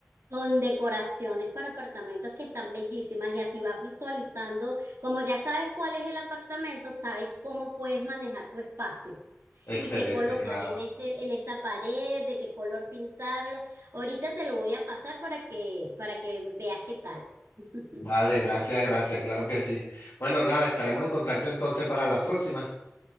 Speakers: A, on the right; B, on the left.
A: con decoraciones para apartamentos que están bellísimas y así vas visualizando, como ya sabes cuál es el apartamento, sabes cómo puedes manejar tu espacio
B: Excelente,
A: y qué colocar
B: claro.
A: en este, en esta pared, de qué color pintarlo. Ahorita te lo voy a pasar para que, para que veas qué tal. <laughs>
B: Vale, gracias, gracias, claro que sí. Bueno, nada, estaremos en contacto entonces para la próxima.